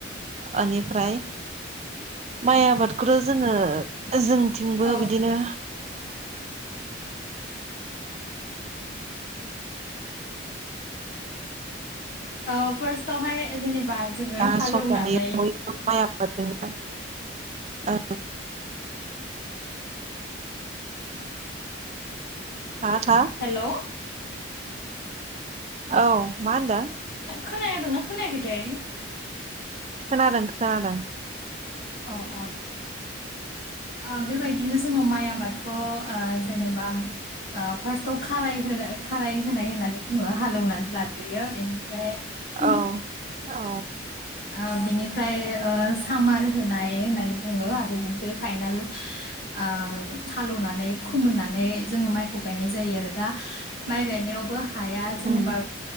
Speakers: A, on the right; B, on the left.
A: ओनिफ्राय माइ आबादखौथ' जोङो जोंथिंबो
B: औ
A: बिदिनो
B: औ फार्स्टवहाय जेनेबा जोङो
A: दा
B: हालौनानै
A: समावहाय बयबो माय आबाद जोंनो ओ ओ। हा हा
B: हेल'
A: औ मा होनदों
B: खोनायादोंना खोनायाखैथाय
A: खोनादों खोनादों।
B: अ अ। ओ बेबायदिनो जोङो माइ आबादखौ ओ जेनेबा ओ फार्स्टआव खाराय होनो खाराय होनाय होननानै बुङो हालेवनानै लाग्रोयो बेनि
A: औ
B: <unintelligible>
A: औ
B: ओ बिनिफ्राय ओमफ्राय सामार होनाय होननानै बुङो आरो बिनिफ्राय बे फाइनाल ओ हालौवनानै फोमोननानै जोङो माइखौ गायनाय जायो आरो दा माइ गायनायावबो हाया जेनेबा
A: उम